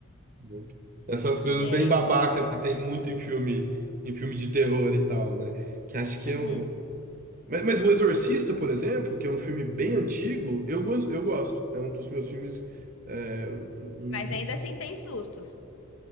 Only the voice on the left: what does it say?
Gente.
Uhum.
Mas
ainda assim tem sustos.